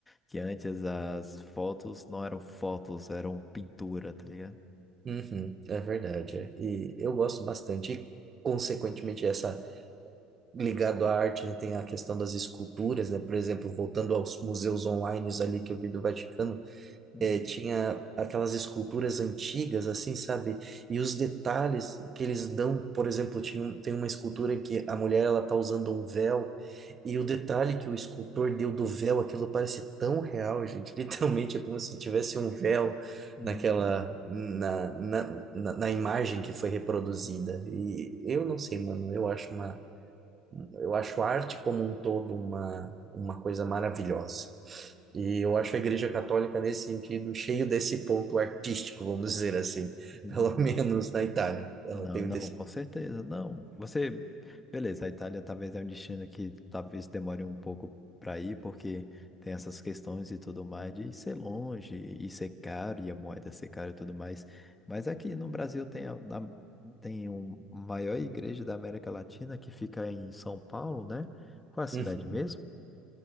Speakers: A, on the left; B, on the right.
A: que antes as fotos não eram fotos, eram pintura, tá ligado?
B: Uhum, é verdade. é. E eu gosto bastante. E, consequentemente, essa ligado à arte, né, tem a questão das esculturas, né? Por exemplo, voltando aos museus online ali que eu vi do Vaticano,
A: Uhum.
B: É, tinha aquelas esculturas antigas, assim, sabe? E os detalhes que eles dão, por exemplo, tinha, um- tem uma escultura em que a mulher ela tá usando um véu, e o detalhe que o escultor deu do véu, aquilo parece tão real, gente. <laughs> Literalmente é como se tivesse um véu
A: Uhum.
B: naquela, na, na, na, na imagem que foi reproduzida. E eu não sei, mano, eu acho uma eu acho a arte como um todo uma, uma coisa maravilhosa. E eu acho a Igreja Católica, nesse sentido, cheio desse ponto artístico, vamos dizer assim, <laughs>
A: Uhum.
B: pelo menos na Itália. Ela
A: Não,
B: tem
A: não,
B: um desse...
A: com certeza, não. Você, beleza, a Itália talvez é um destino que talvez demore um pouco para ir, porque tem essas questões e tudo mais de ser longe e ser caro e a moeda ser cara e tudo mais. Mas aqui no Brasil tem a, na- tem um maior igreja da América Latina que fica em São Paulo, né? Qual é a cidade
B: Uhum.
A: mesmo?